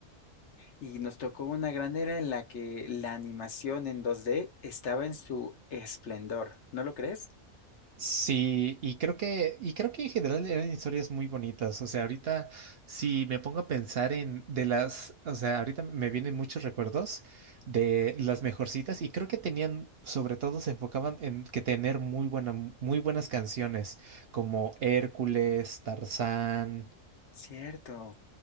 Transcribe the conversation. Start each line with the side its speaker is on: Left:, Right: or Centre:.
Left: Y nos tocó una gran era en la que la animación en 2D estaba en su esplendor, ¿no lo crees?
Right: Sí, y creo que, y creo que en general eran historias muy bonitas. O sea, ahorita si me pongo a pensar en de las, o sea, ahorita me vienen muchos recuerdos de las mejorcitas y creo que tenían, sobre todo se enfocaban en que tener muy buena, muy buenas canciones como Hércules, Tarzán.
Left: Cierto,